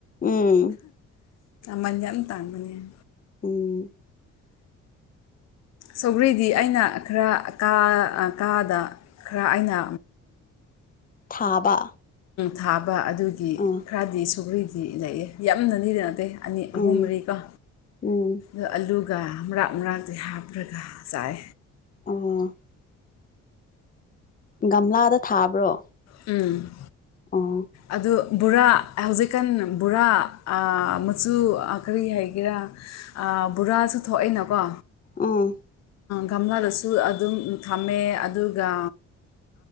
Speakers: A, on the left; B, on the left.
A: ꯎꯝ
B: ꯃꯟ ꯌꯥꯝ ꯇꯥꯟꯕꯅꯦ ꯍꯥꯏ
A: ꯎꯝ
B: ꯁꯧꯒ꯭ꯔꯤꯗꯤ ꯑꯩꯅ ꯈꯔ ꯀꯥ ꯀꯥꯗ ꯈꯔ ꯑꯩꯅ
A: ꯊꯥꯕ
B: ꯊꯥꯕ ꯑꯗꯨꯒꯤ
A: ꯑꯥ
B: ꯈꯔꯗꯤ ꯁꯨꯒ꯭ꯔꯤꯗꯤ ꯂꯩꯑ ꯌꯥꯝꯅꯅꯤꯗꯤ ꯅꯇꯩꯦ ꯑꯅꯤ ꯑꯍꯨꯝ
A: ꯎꯝ
B: ꯃꯔꯤꯒ
A: ꯎꯝ
B: ꯑ ꯑꯂꯨꯒ ꯃꯔꯔꯥꯛ ꯃꯔꯥꯛꯇꯤ ꯍꯥꯞꯄ ꯕꯔꯒ ꯆꯥꯏ
A: ꯑ ꯒꯝꯂꯥꯗ ꯊꯥꯕ꯭ꯔꯣ
B: ꯎꯝ
A: ꯑ
B: ꯑꯗꯨ ꯕꯣꯔꯥ ꯍꯧꯖꯤꯛꯀꯥꯟ ꯕꯣꯔꯥ ꯃꯆꯨ ꯀꯔꯤ ꯍꯥꯏꯒꯦꯔꯥ ꯕꯣꯔꯥꯁꯨ ꯊꯣꯛꯑꯅꯀꯣ
A: ꯑꯥ
B: ꯒꯝꯂꯥꯗꯁꯨ ꯑꯗꯨꯝ ꯊꯝꯃꯦ ꯑꯗꯨꯒ